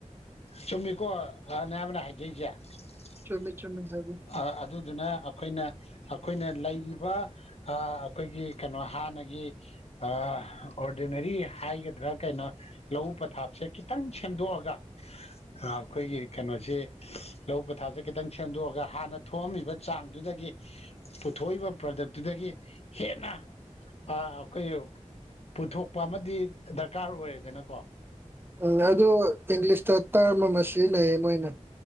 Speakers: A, on the left; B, on the right.
A: ꯆꯨꯝꯃꯤꯀꯣ ꯑ ꯅꯌꯥꯝꯕꯅ ꯍꯥꯏꯖꯩꯖꯦ <unintelligible>
B: ꯆꯨꯝꯃꯤ ꯆꯨꯝꯃꯤ ꯍꯥꯏꯕꯤ
A: ꯑꯥ ꯑꯗꯨꯗꯨꯅ ꯈꯣꯏꯅ ꯑꯥꯈꯣꯏꯅ ꯂꯩꯔꯤꯕ ꯑꯥ ꯈꯣꯏꯒꯤ ꯀꯩꯅꯣ ꯍꯥꯟꯅꯒꯤ ꯑꯥ ꯑꯣꯔꯗꯤꯅꯔꯤ ꯍꯥꯏꯒꯗ꯭ꯔꯥ ꯀꯩꯅꯣ ꯂꯧꯎ ꯄꯊꯥꯞꯁꯦ ꯈꯤꯇꯪ ꯁꯦꯝꯗꯣꯛꯑꯒ ꯑꯈꯣꯏꯒꯤ ꯀꯩꯅꯣꯖꯤ ꯁꯤ ꯂꯧꯎ ꯄꯊꯥꯞꯁꯦ ꯈꯤꯇꯪ ꯁꯦꯝꯗꯣꯛꯑꯒ ꯍꯥꯟꯅ ꯊꯣꯛꯑꯝꯃꯤꯕ ꯆꯥꯡꯗꯨꯗꯒꯤ ꯄꯨꯊꯣꯛꯏꯕ ꯄ꯭ꯔꯗꯛꯇꯨꯗꯒꯤ ꯍꯦꯟꯅ ꯑꯥ ꯑꯩꯈꯣꯏ ꯄꯨꯊꯣꯛꯄ ꯑꯃꯗꯤ ꯗꯔꯀꯥꯔ ꯑꯣꯏꯗꯅꯀꯣ
B: ꯎꯝ ꯑꯗꯨ ꯏꯪꯂꯤꯁꯇ ꯇ꯭ꯔꯝ ꯑꯃ ꯁꯤꯖꯤꯟꯅꯩ ꯃꯣꯢꯅ